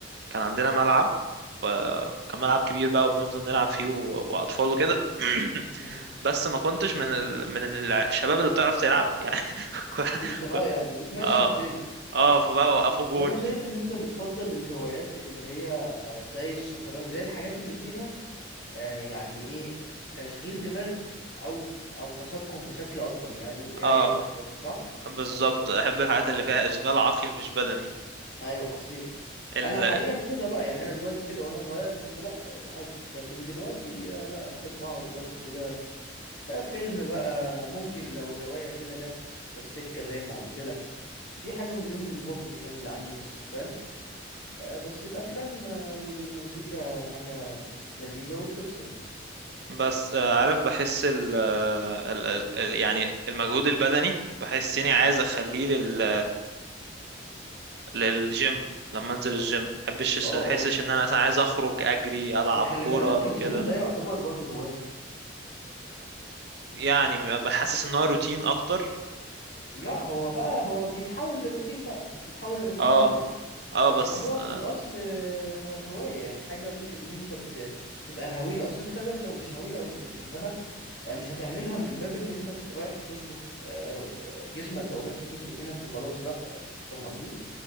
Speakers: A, on the right; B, on the left.
A: كان عندنا ملعب و- وكان ملعب كبير بقى وبنفضل نلعب فيه و- واطفال وكده <coughs>
B: مم.
A: <clears throat> بس ما كنتش من ال... من الشباب اللي بتعرف تلعب يعني <laughs> كو-
B: كنت أه
A: كو-
B: يعني بتمشي
A: اه
B: الدنيا
A: اه فبقى وقفوا
B: بس
A: جون
B: أنا شايف إن أنت بتفضل الهوايات اللي هي آه، زي الشطرنج زي الحاجات اللي فيها آه، يعني إيه تشغيل دماغ أو أو تثقف بشكل أكبر يعني قراية
A: اه
B: شطرنج صح؟
A: بالظبط احب الحاجات
B: أه
A: اللي فيها اشغال عقلي مش بدني
B: ايوه حسيتك
A: ال...
B: انا حاليا كده بقى يعني انا دلوقتي كده وانا صغير كنت لا آه، عادي لكن دلوقتي آه، لا احب اقعد برضو كده آه، فيلم بقى ممكن لو رواية كده جت في السكة زي ما قلت لك دي حاجة من ضمن الهوبيز يعني اللي عندي بس فاهم آه، بس الافلام آه، والمزيكا حاجة لذيذة وبتفصل
A: بس آه، عارف بحس ال آه، ال ال- يعني المجهود البدني بحس اني عايز اخليه لل للجيم لما انزل الجيم محبش
B: اه
A: احسش
B: اه
A: ان انا مثلا عايز اخرج اجري العب
B: ما خلي
A: كورة
B: بالك الجيم
A: كده
B: ده يعتبر برضو هواية
A: يعني
B: يعني
A: بحسس ان هو روتين اكتر
B: لا هو بقى هو بيتحول لروتين بقى بيتحول لروتين
A: اه
B: يومي
A: اه
B: بس
A: بس
B: هو
A: آه
B: في الاصل آه، هوايه يعني حاجه ممكن ان انت ت- تبقى هاويها اصل انت خلي بالك لو مش هاويها او مش بتحبها آه، مش هتعملها من باب ان انت ت- رايح تظبط آه، رو- آه، جسمك او رايح تظبط روتينك وخلاص لا آه، فاهم قصدي